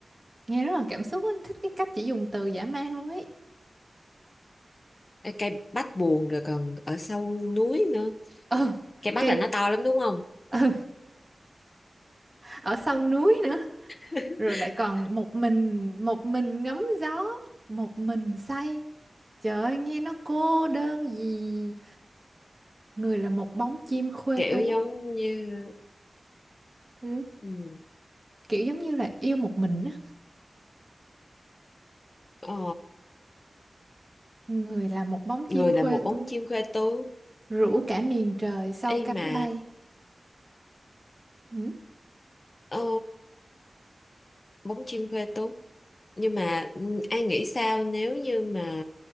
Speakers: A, on the right; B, on the left.
A: nghe rất là cảm xúc ấy. Thích cái cách chỉ dùng từ dã man luôn ấy. <laughs>
B: cái cây bách buồn rồi còn ở sâu núi nữa
A: Ừ,
B: cây bách
A: cây
B: là nó to lắm đúng không
A: ừ, ở sau núi nữa,
B: <laughs>
A: rồi lại còn một mình một mình ngắm gió, một mình say. Trời ơi, nghe nó cô đơn gì. Người là một bóng chim khuê
B: kiểu
A: tú.
B: giống như
A: Ừ,
B: ừ,
A: kiểu giống như là yêu một mình á.
B: ờ,
A: Người là một bóng
B: người
A: chim khuê
B: là một
A: tú.
B: bóng chim khoe tú
A: rủ cả miền trời sau
B: Ê
A: cánh
B: mà
A: bay ừ.
B: ờ, bún chiên quê tú nhưng mà ừ, ai nghĩ sao nếu như mà